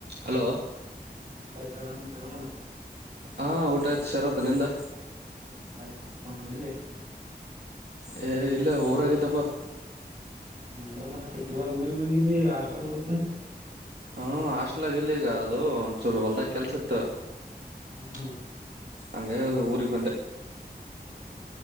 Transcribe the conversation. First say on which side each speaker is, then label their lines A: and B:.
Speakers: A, on the right; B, on the right.
A: ಹಲೋ
B: ಹ ಕ್ತರಾಮ ಸರದ
A: ಹಾ ಊಟ ಆಯ್ತು ಶರತ್ ನಿಂದ
B: ಹ್ಮ್ ನಂಗಾಯ್ತು ಮಪಾ ಎಲ್ಲಿ
A: ಹೇ ಇಲ್ಲ ಊರಾಗಿದ್ದಪ್ಪ
B: ್ಮಮ್ಮ ಸತಿಗ ಊರಿಗೆಗ್ ಹೋಗಿದ್ದಿ ಹಾಸ್ಟೆಲ್ ಬಿಟು
A: ಹ್ಮ ಹಾಸ್ಟ್ಲ್ಗ ಇಲ್ಲಿ ಈಗ ಅದು ಒಂದಚೂರು ಹೊಲ್ದಾಗ ಕೆಲ್ಸಿತ್ತು
B: ಹ ಹಾ
A: ಅಂಗ ಊರಿಗೆ ಬಂದೆ
B: ಹದ